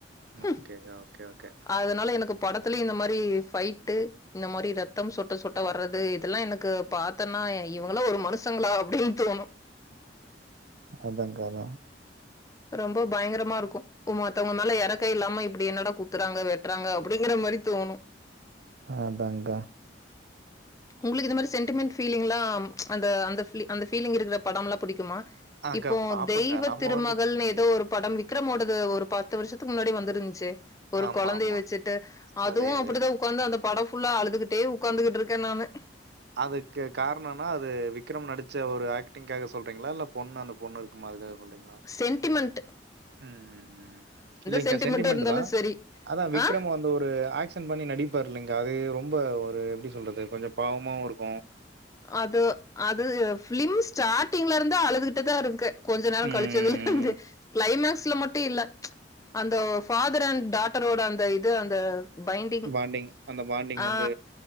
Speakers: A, on the left; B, on the right.
A: ஹும்
B: ஓகே, ஓகே, ஓகே.
A: அதனால எனக்கு படத்துலியு இந்த மாரி ஃபைட்டு இந்த மாரி ரத்தம் சொட்ட சொட்ட வர்றது இதெல்லா எனக்கு பாத்தன்னா இவங்கலா ஒரு மனுசங்களா அப்டின் தோணு
B: அதாங் க்கா அதா
A: ரொம்ப பயங்கரமா இருக்கு மத்தவங்க மேல எறக்க இல்லாம இப்டி என்னடா குத்துறாங்க வெட் ட்றாங்க அப்டிங்ற மாரி தோணு
B: அதாங் க்கா
A: உங்குளுக்கு இது மரி சென்டிமெண்ட் ஃபீலிங்லா அந்த அந்த ஃபீலி அந்த ஃபீலிங் இருக்குற படம்லா புடிக்குமா
B: அக்கா
A: இப்போ
B: பாப்போங்க.
A: தெய்வ
B: நம்ம
A: திருமகள்னு
B: வந்து
A: எதோ ஒரு படம் விக்ரமோடது ஒரு பத்து வர்ஷத்துக்கு முன்னாடி வந்துருன்ச்சே ஒரு
B: ஆமா,
A: கொழந்தைய
B: ஆமா.
A: வச்சுட்டு அதுவு
B: அதே அதேதான்.
A: அப்டிதா உக்காந்து அந்த படோ ஃபுல்லா அழுதுகிட்டே உக்காந்துகிட்ருக்கே நானு
B: அதுக்கு காரணன்னா அது விக்ரம் நடிச்ச ஒரு ஆக்டிங்க்காக சொல்றீங்ளா இல்ல பொண்ணு அந்த பொண்ணு இருக்குமா அதுக்காக சொல்றீங்ளா
A: சென்டிமெண்ட்டு
B: ம் ம் ம் இல்லைங்க்கா
A: சென்டிமென்ட்டா
B: சென்டிமெண்ட்டு
A: இருந்தாலும்
B: தா
A: சரி.
B: அதா விக்ரம்
A: ஆ
B: வந்து ஒரு ஆக்ஷ் ஷன் பண்ணி நடிப்பாரு இல்லைங்கா அது ரொம்ப ஒரு எப்டி சொல்றது கொஞ்சோ பாவமாவு இருக்கு
A: அது அது ஃபிலிம் ஸ்டார்ட்டிங்ல இருந்து அழுதுகிட்டுதா இருக்கே கொஞ்ச நாள்
B: ம்
A: கழிச்சதுலந்து கிளைமேக்ஸ்ல மட்டு இல்ல அந்த ஃபாதர் அண்ட் டாட்டரோட அந்த இது அந்த பைண்டிங்
B: பாண்டிங் அந்த பாண்டிங்
A: ஆ
B: வந்து